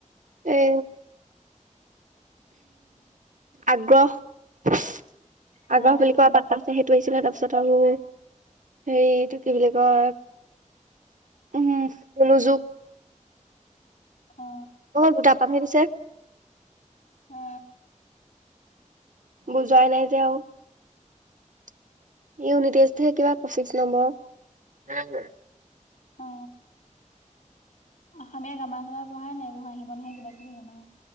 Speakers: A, on the right (about 70°); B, on the left (about 85°).
A: এ আগ্ৰহ আগ্ৰহ
B: অ
A: বুলি কোৱা <unintelligible> আছে সেইটো আহিছিলে তাৰপিছত আৰু হেৰি কি বুলি কয় উম মনোযোগ
B: অ
A: <unintelligible> দুটা পামহে পিছে
B: অ
A: বুজোৱাই নাই যে আৰু ইউনিতেষ্ট হে কিবা অচিক্স নম্বৰ <unintelligible>
B: অ অসমীয়া গামা চামা পঢ়াই এইবোৰ আহিব নহয় কিবা কিবি গামা অ